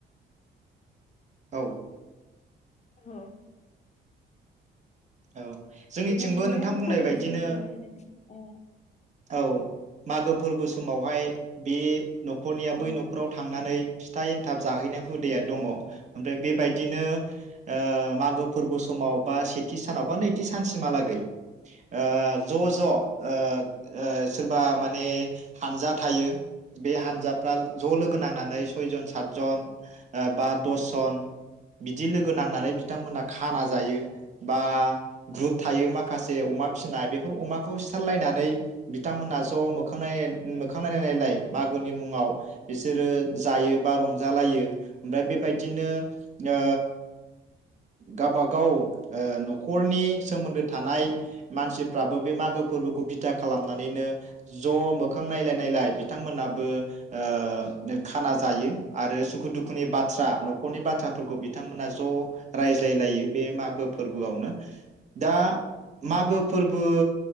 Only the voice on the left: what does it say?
औ
बेबायदिनो
फालियो
जोंनिथिं <unintelligible> अ
औ
जोंथिंबो